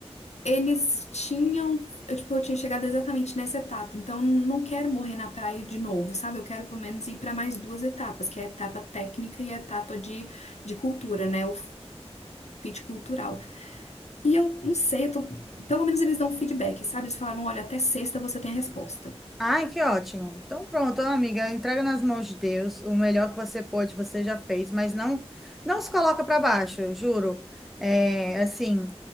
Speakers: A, on the left; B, in the centre.
A: Eles tinham, eu, tipo, eu tinha chegado exatamente nessa etapa, então não quero morrer na praia de novo, sabe? Eu quero pelo menos ir para mais duas etapas, que é a etapa técnica e a etapa de, de cultura, né? O fit cultural. E eu não sei, eu tô- pelo menos eles dão feedback, sabe? Eles falaram, olha, até sexta você tem a resposta.
B: Ai, que ótimo. Então pronto, amiga, entrega nas mãos de Deus. O melhor que você pôde, você já fez, mas não não se coloca para baixo, eu juro. É, assim,